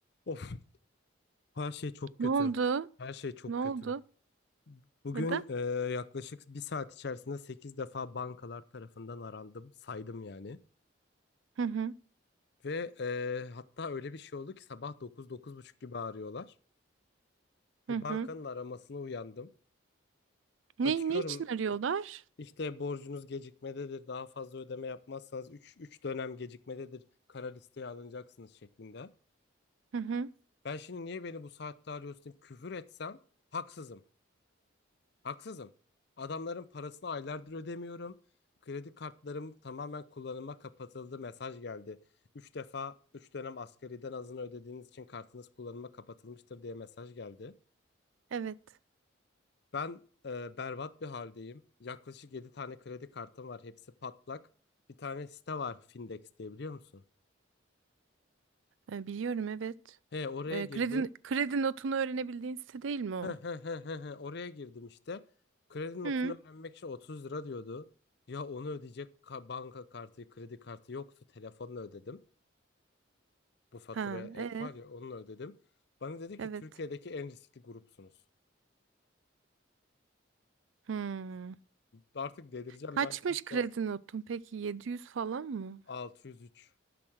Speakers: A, on the left; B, on the right.
A: Of, her şey çok kötü.
B: Ne oldu?
A: Her şey çok
B: Ne oldu?
A: kötü. Bugün
B: Neden?
A: e, yaklaşık bir saat içerisinde 8 defa bankalar tarafından arandım. Saydım yani.
B: Hı hı.
A: Ve e, hatta öyle bir şey oldu ki sabah 9-9.30 gibi arıyorlar. Bir
B: Hı hı.
A: bankanın aramasına uyandım.
B: Ne,
A: Açıyorum
B: ne için arıyorlar?
A: işte borcunuz gecikmededir. Daha fazla ödeme yapmazsanız üç üç dönem gecikmededir. Kara listeye alınacaksınız şeklinde.
B: Hı hı.
A: Ben şimdi niye beni bu saatte arıyorsun deyip küfür etsem haksızım. Haksızım. Adamların parasını aylardır ödemiyorum. Kredi kartlarım tamamen kullanıma kapatıldı. Mesaj geldi. 3 defa 3 dönem asgariden azını ödediğiniz için kartınız kullanıma kapatılmıştır diye mesaj geldi.
B: Evet.
A: Ben e, berbat bir haldeyim. Yaklaşık 7 tane kredi kartım var. Hepsi patlak. Bir tane site var Findex diye biliyor musun?
B: E, biliyorum evet.
A: He oraya
B: E,
A: girdim.
B: kredi, kredi notunu öğrenebildiğin site değil mi o?
A: He he he he he. Oraya girdim işte. Kredi notunu
B: Hı.
A: öğrenmek için 30 lira diyordu. Ya onu ödeyecek ka- banka kartı, kredi kartı yoktu. Telefonla ödedim. Bu faturaya
B: Ha,
A: ek
B: e,
A: var ya onunla ödedim. Bana dedi ki
B: evet.
A: Türkiye'deki en riskli grupsunuz.
B: Hı.
A: Artık delireceğim
B: Kaçmış
A: ben kat
B: kredi
A: borç
B: notun peki 700 falan mı?
A: 603.